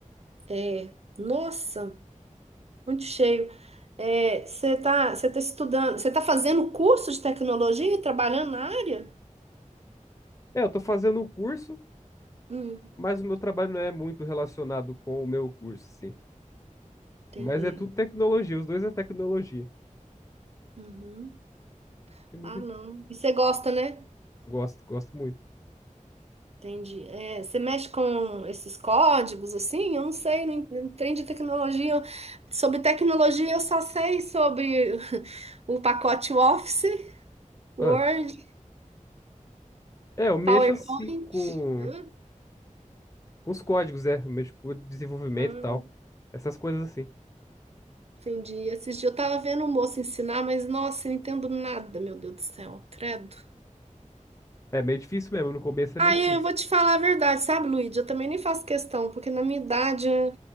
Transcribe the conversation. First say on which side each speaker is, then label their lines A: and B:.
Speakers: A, on the right; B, on the left.
A: É, nossa, muito cheio. É, você tá, você tá estudando, você tá fazendo curso de tecnologia e trabalhando na área?
B: É, eu tô fazendo um curso.
A: Hum,
B: Mas o meu trabalho não é muito relacionado com o meu curso, sim.
A: entendi.
B: Mas é tudo tecnologia, os dois é tecnologia.
A: Uhum.
B: Que mundo
A: Ah, não.
B: que-
A: E você gosta, né?
B: gosto, gosto muito.
A: Entendi. É, você mexe com esses códigos assim? Eu não sei, não en- trem de tecnologia. eu- Sobre tecnologia, eu só sei sobre <laughs> o pacote Office, Word,
B: Ah, é, eu mexo
A: PowerPoint.
B: assim com,
A: Hum,
B: com os códigos, é. Eu mexo com o desenvolvimento
A: hum,
B: e tal. Essas coisas assim.
A: entendi. Esses dias eu tava vendo o moço ensinar, mas nossa, eu não entendo nada, meu Deus do céu, credo.
B: É meio difícil mesmo, no começo é
A: Aí
B: meio difícil.
A: eu vou te falar a verdade, sabe, Luíde? Eu também nem faço questão, porque na minha idade eu